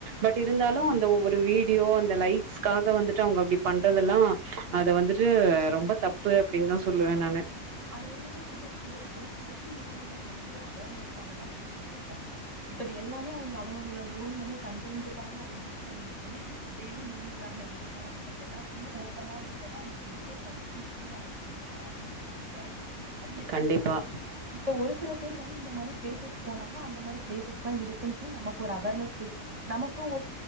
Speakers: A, on the right (about 50°); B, on the right (about 30°).
A: பட் இருந்தாலு அந்த ஒவ்வொரு வீடியோ அந்த லைக்ஸ்காக வந்து அவங்க அப்டி பண்றதெல்லா அத வந்து து ரொம்ப தப்பு அப்டின்னு தா சொல்லுவே நானு
B: அது என்ன <unintelligible> வந்து சோசியல் மீடியா ன்னுற கெஸ் அவர்னஸ் நாங்க தான் ஃபஸ்ட் கிரியேட் பண்ணதே இப்போதுல்லாமே அவங்க அவங்க அவங்கள ஓன் பண்ணி கண்டென்ட்ககாக அது யூஸ் பண்ணி யூஸ் பண்ணி டெய்லி மினிப்ளாக் நான் எங்க போறாங்க எல்லாத்தையுமே ஓப்பனா இது பண்ணா அவங்க நெறைய பர்சனல் விஷயும் அவங்களுக்கு தெரிய வர ஆரம்பிச்சிருது ப அது இந்த
A: கண்டிப்பா
B: ட்ரிப் வந்து இப்ப ஒரு சில பேர் வந்து இந்த மாதிரி பிளேசஸ் போனாங்கன்னா அந்த மாரி பிளேஸஸ் தான் இருக்குன்னு சொல்லி நமக் ஒரு அவார்னஸ் கெ நமக்கும்